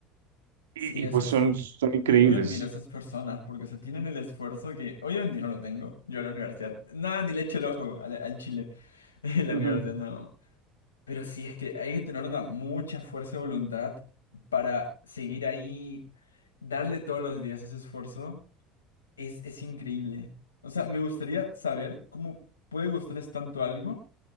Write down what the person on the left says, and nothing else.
Sí, eso
es...
Yo, yo admiro a esas personas porque se tienen el esfuerzo que hoy en día no lo tengo. Yo a la universidad, nada, ni le echo el ojo al, al Chile. <laughs> En la universidad
no. Pero sí, es que hay que tener una mucha fuerza de voluntad para seguir ahí, darle todos los días ese esfuerzo. Es, es increíble. O sea, me gustaría saber cómo puede gustarles tanto algo,